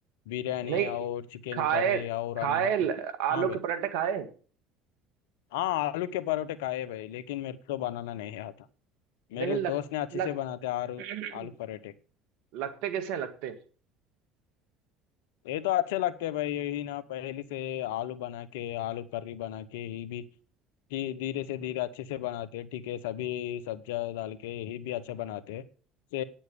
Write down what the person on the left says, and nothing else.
बिरयानी
और चिकन
करी और
अंडा भी
हाँ भाई
हाँ आलू के पराठे खाए भाई लेकिन मेरे को तो बनाना नहीं आता मेरे
दोस्त ने अच्छे
से बनाते आलू
आलू पराठे
ये तो अच्छे लगते हैं भाई यही ना पहले से आलू बना के आलू करी बना के ये भी धी- धीरे से धीरे अच्छे से बनाते हैं ठीक है सभी सब्जियाँ डाल के यही भी अच्छा बनाते हैं से